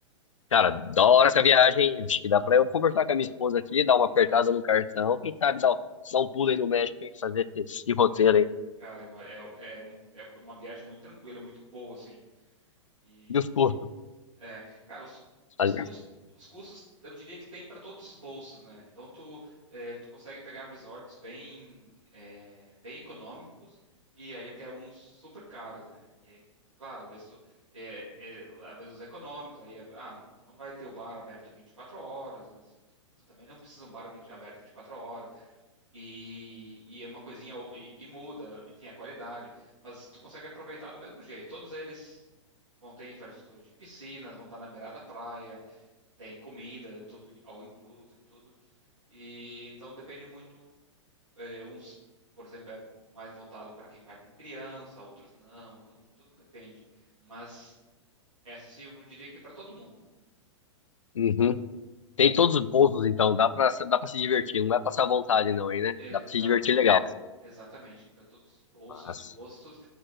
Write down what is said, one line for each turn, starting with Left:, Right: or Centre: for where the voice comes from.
Left: Cara, da hora essa viagem. Acho que dá pra eu conversar com a minha esposa aqui, dar uma apertada no cartão. Quem sabe dar, dar um pulo aí no México, hein? Fazer esse, esse roteiro aí.
Right: Cara, é uma, é, é, é uma viagem muito tranquila, muito boa, assim. E,
Left: E os custos?
Right: É, cara, os, os
Left: Ali.
Right: custos, os custos eu diria que tem para todos os bolsos, né? Então tu, é, tu consegue pegar resorts bem, é, bem econômicos e aí até uns super caros, né? E aí, claro, às vezes tu, é, é, às vezes os econômicos, aí, ah, tu não vai ter o bar aberto 24 horas, mas tu também não <laughs> precisa de um bar 20 aberto 24 horas. E, e é uma coisinha, e, e muda, enfim, a qualidade. Mas tu consegue aproveitar do mesmo jeito. Todos eles. Vão ter infraestrutura de piscinas, vão estar na beirada da praia, tem comida, tudo all inclusive, tudo. E então depende muito, é, uns, por exemplo, é mais voltado para quem vai com criança, outros não, então tudo depende. Mas é acessível, eu diria que para todo mundo.
Left: Uhum. Tem todos os bolsos, então. Dá pra, dá pra se divertir. Não vai passar vontade, não, aí, né?
Right: Exa-
Left: Dá pra se divertir legal.
Right: exatamente, para todos os bolsos
Left: Mas...
Right: e gostos.